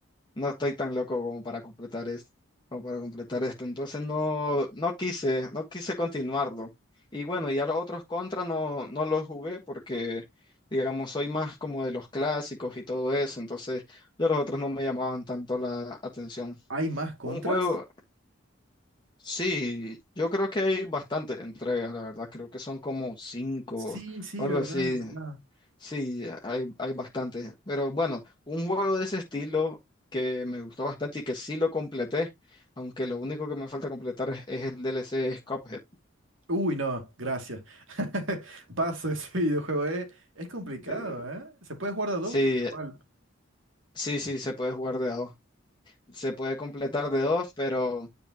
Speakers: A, on the left; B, on the right.
A: No estoy tan loco como para completar esto, como para completar esto. Entonces no, no quise, no quise continuarlo. Y bueno, ya los otros contra no, no los jugué porque, digamos, soy más como de los clásicos y todo eso. Entonces, ya los otros no me llamaban tanto la atención.
B: ¿Hay más contras?
A: Un juego, sí, yo creo que hay bastantes entregas, la verdad. Creo que son como cinco
B: Sí, sí,
A: o algo
B: verdad,
A: así.
B: verdad.
A: Sí, hay, hay bastantes. Pero bueno, un juego de ese estilo que me gustó bastante y que sí lo completé, aunque lo único que me falta completar es, es el DLC es Cuphead.
B: Uy, no, gracias. <laughs> Paso ese videojuego, eh. Es complicado,
A: Eh,
B: ¿eh? Se puede jugar de a dos,
A: Sí,
B: pero igual.
A: sí, sí, se puede jugar de a dos. Se puede completar de dos, pero